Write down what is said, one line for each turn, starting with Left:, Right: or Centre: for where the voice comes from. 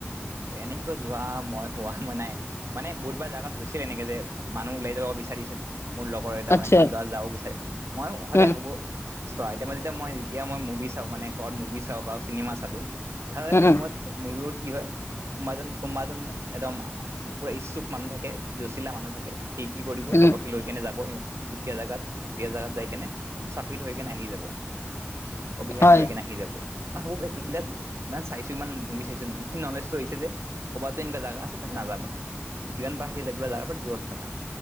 Right: এনেকৈ যোৱা মই হোৱা মই নাই। মানে বহুতবাৰ জাগাত হৈছিল এনেকে যে মানুহ ওলাই যাব বিচাৰিছিল। মোৰ লগৰ এটা
Left: আচ্ছা
Right: মানে গোজৰাট যাব বিচাৰে মই সদায়
Left: উম
Right: ভাবো চোৱা এতিয়া মই যেতিয়া মই যেতিয়া মুভি চাওঁ মানে ক'বাত মুভি চাওঁ বা চিনেমা চালো ধাৰা
Left: উম
Right: ফিল্মত মুভিবোৰত কি হয় কোমাজন -কোমাজন এদম পুৰা ইচ্ছুক মানুহ থাকে জচিলা মানুহ থাক এ সি কি কৰিব
Left: উম
Right: চবকে
Left: উম
Right: লৈ কিনে যাব ভুটীয়া জাগাত -ভুটীয়া জাগাত যাই কেনে চাপি থৈ কিনে আহি যাব। অভিশাপ
Left: হয়
Right: লৈকেনে আহি যাব। অ, হ'ব পাৰে এইগিলাত ইমান চাইছো ইমান মুভি চাইছোঁ এইখিনি নলেজটো হৈছে যে ক'বাততো এনেকা জাগা আছে তাতে নাযাবা যিমান পাৰা সেই এইগিলা যাগাৰ পৰা দূৰত থাকা।